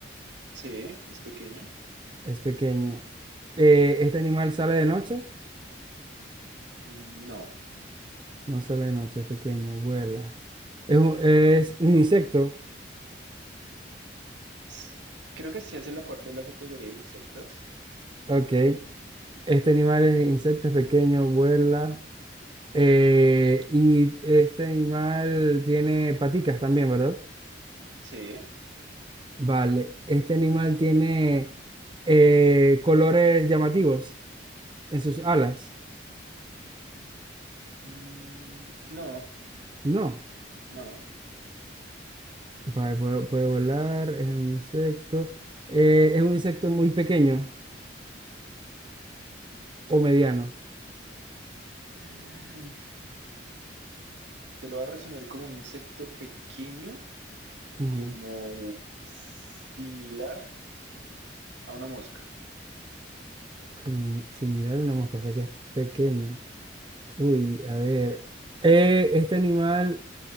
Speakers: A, on the right (about 75°); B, on the right (about 25°).
A: Sí, es pequeña.
B: Es pequeño. Eh, este animal sale de noche.
A: Mm, no.
B: No sale de noche, es pequeño, vuela. Es un, es un insecto.
A: S- Creo que sí hace la parte de la categoría de insectos.
B: Ok. Este animal es insecto, es pequeño, vuela. eh, y este animal tiene paticas también, ¿verdad?
A: Sí.
B: Vale. Este animal tiene eh, colores llamativos en sus alas.
A: Mm, no,
B: No.
A: no.
B: Vale, puede, puede volar, es un insecto. eh, es un insecto muy pequeño o mediano.
A: Mm, te lo voy a resumir como un insecto pequeño.
B: Ujú.
A: como similar a una mosca.
B: Simi- Similar a una mosca, o sea que es pequeño. Uy, a ver. eh, este animal